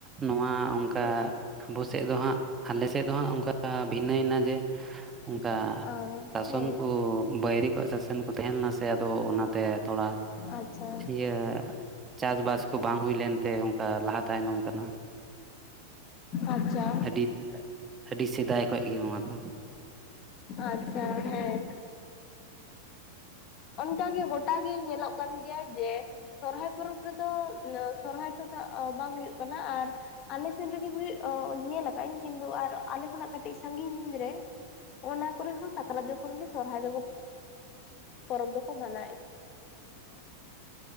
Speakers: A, on the right (about 20°); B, on the left (about 35°).
A: ᱱᱚᱣᱟ ᱚᱱᱠᱟ
B: ᱦᱮᱸ
A: ᱟᱵᱚ ᱥᱮᱫ ᱫᱚ ᱦᱟᱸᱜ ᱟᱞᱮ ᱥᱮᱫ ᱫᱚ ᱦᱟᱸᱜ ᱚᱱᱠᱟ ᱵᱷᱤᱱᱟᱹᱭᱮᱱᱟ ᱡᱮ ᱚᱱᱠᱟ
B: ᱚ
A: ᱥᱟᱥᱚᱱ
B: ᱦᱮᱸ
A: ᱠᱚ ᱵᱟᱹᱭᱨᱤ ᱠᱚᱣᱟᱜ ᱥᱟᱥᱚᱱ ᱠᱚ ᱛᱟᱦᱮᱸ ᱞᱮᱱᱟ ᱥᱮ ᱟᱫᱚ ᱚᱱᱟᱛᱮ ᱛᱷᱚᱲᱟ
B: ᱟᱪᱪᱷᱟ᱾
A: ᱤᱭᱟᱹ ᱪᱟᱥᱵᱟᱥ ᱠᱚ ᱵᱟᱝ ᱦᱩᱭ ᱞᱮᱱᱛᱮ ᱚᱱᱠᱟ ᱞᱟᱦᱟ ᱛᱟᱭᱱᱚᱢ ᱠᱟᱱᱟ᱾
B: ᱟᱪᱪᱷᱟ᱾
A: ᱟᱹᱰᱤ ᱟᱹᱰᱤ ᱥᱮᱫᱟᱭ ᱠᱷᱚᱡᱽ ᱜᱮ ᱱᱚᱣᱟ ᱫᱚ᱾
B: ᱟᱪᱪᱷᱟ ᱦᱮᱸ᱾ ᱚᱱᱠᱟᱜᱮ ᱜᱚᱴᱟ ᱜᱮ ᱧᱮᱞᱚᱜ ᱠᱟᱱ ᱜᱮᱭᱟ ᱡᱮ ᱥᱚᱨᱦᱟᱭ ᱯᱚᱨᱚᱵᱽ ᱨᱮ ᱫᱚ ᱥᱚᱨᱦᱟᱭ ᱫᱚ ᱦᱟᱸᱜ ᱵᱟᱝ ᱦᱩᱭᱩᱜ ᱠᱟᱱᱟ ᱟᱨ ᱟᱞᱮ ᱥᱮᱱ ᱨᱮᱜᱮ ᱦᱩᱭᱩᱜ ᱧᱮᱞ ᱟᱠᱟᱜᱟᱹᱧ ᱠᱤᱱᱛᱩ ᱟᱨ ᱟᱞᱮ ᱠᱷᱚᱱᱟᱜ ᱠᱟᱹᱴᱤᱡ ᱥᱟᱜᱤᱧ ᱨᱮ ᱚᱱᱟ ᱠᱚᱨᱮ ᱦᱚᱸ ᱥᱟᱠᱨᱟᱛ ᱡᱚᱠᱷᱚᱱ ᱜᱮ ᱥᱚᱨᱦᱟᱭ ᱫᱟᱵᱚ᱾ ᱯᱚᱨᱚᱵᱽ ᱫᱚᱠᱚ ᱢᱟᱱᱟᱣᱮᱫ ᱜᱮᱭᱟ ᱾